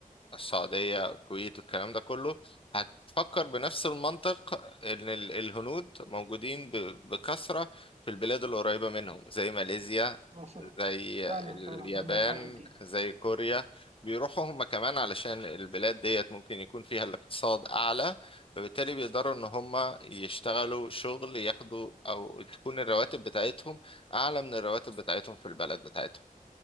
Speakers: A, on the left (about 40°); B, on the right (about 45°).
A: السعودية الكويت والكلام ده كله هتفكر بنفس المنطق ان ال- الهنود موجودين ب- بكثرة في البلاد القريبة منهم زي ماليزيا
B: وصلت
A: زي
B: فعلا
A: اليابان
B: فعلا عندك حق في دي
A: زي كوريا بيروحوا هم كمان علشان البلاد ديت ممكن يكون فيها الاقتصاد اعلى فبالتالي بيقدروا ان هم يشتغلوا شغل ياخدوا او تكون الرواتب بتاعتهم اعلى من الرواتب بتاعتهم في البلد بتاعتهم